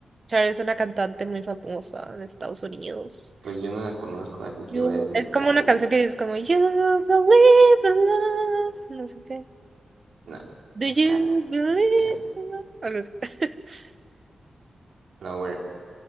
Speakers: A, on the right; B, on the right.
A: Cher es una cantante muy famosa en Estados Unidos.
B: pues yo no la conozco, así que
A: You-
B: voy a decir
A: Es
B: Scarlett.
A: como una canción que dice como You believe in love, no sé qué.
B: No,
A: Do you
B: Scarlett,
A: believe
B: digamos.
A: in love? Algo así. <laughs>
B: Flower,